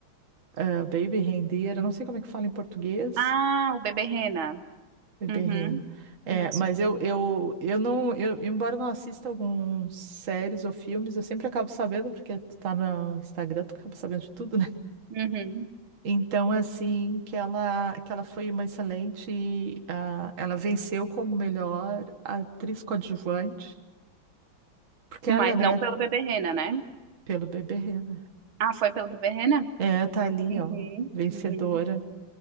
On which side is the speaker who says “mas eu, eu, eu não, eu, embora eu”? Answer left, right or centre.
Right